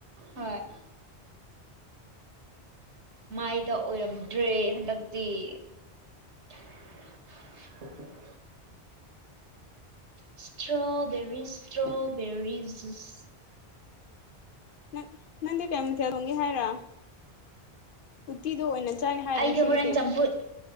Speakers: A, on the right; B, on the left.
A: ꯍꯣꯏ ꯃꯥꯏꯗ ꯑꯣꯏꯔꯝꯗ꯭ꯔꯦ ꯍꯟꯗꯛꯇꯤ <unintelligible> ꯏꯁꯇ꯭ꯔꯣꯕꯦꯔꯤ ꯏꯁꯇ꯭ꯔꯣꯕꯦꯔꯤ ꯖꯨꯖ
B: ꯅꯪ ꯅꯪꯗꯤ ꯀꯩ ꯃꯊꯦꯜ ꯊꯣꯡꯒꯦ ꯍꯥꯏꯔ ꯎꯇꯤꯗꯣ ꯑꯣꯏꯅ ꯆꯥꯒꯦ ꯍꯥꯏꯔ
A: ꯑꯩꯗꯤ
B: ꯉꯁꯤꯒꯤꯗꯤ
A: ꯍꯣꯔꯦꯟ ꯆꯝꯐꯨꯠ